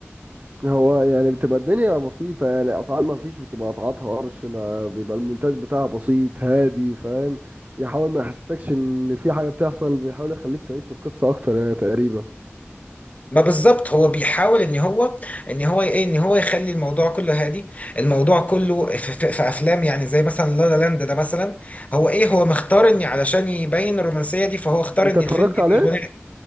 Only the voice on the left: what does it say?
ما بالظبط هو بيحاول ان هو ان هو ايه ان هو يخلي الموضوع كله هادي الموضوع كله في, في, في افلام يعني زي مثلا لا لا لاند ده مثلا هو ايه هو مختار ان علشان يبين الرومانسيه دي فهو اختار
ان
الفيلم يبقى
غنائي